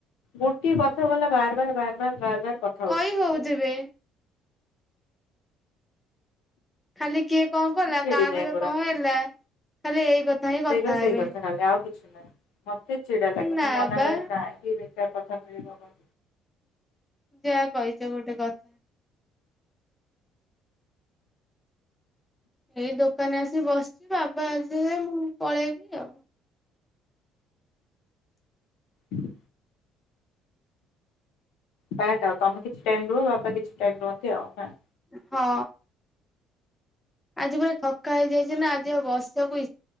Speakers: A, on the left (about 80°); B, in the centre.
A: ଗୋଟିଏ କଥାକୁ ଗଲା ବାରବାର ବାରବାର ବାରବାର କ
B: କଇ ହୋଉଥିବେ। ଖାଲି କିଏ କଣ କଲା
A: ମୁଁ ଚିଡିଯାଏ
B: କାହା ଘରେ
A: ପୁରା
B: କଣ ହେଲା ଖାଲି ଏଇ କଥା ହିଁ
A: ସେଇବା
B: କଥା
A: ସେଇ
B: ହେବେ।
A: ଖାଲି ଆଉ କିଛି ନାଇଁ ମତେ ଛିଡା ଲାଗେ ମୁଁ
B: ନା
A: ମନାକରେ
B: ବା
A: କାହିଁକି ଏଇ ବେକାର କଥା ମିଳିବ କ
B: ଯାହା କହିଚ ଗୋଟେ କଥା ଏଇ ଦୋକାନରେ ଆସିିକି ବସଚି ବାବା ଆସିଲେ ମୁଁ ପଳେଇବି ଆଉ।
A: ହ ପାଟ୍ ଆଉ ତମେ କିଛି ଟାଇମ ରୁହ ବାପା କିଛି ଟାଇମ୍ ରୁହନ୍ତି ଆଉ ନାଁ।
B: ହଁ। ଆଜି ପୁରା ଥକା ହେଇଯାଇଚି ନା ଆଜି ଆଉ ବସିବାକୁ ଇ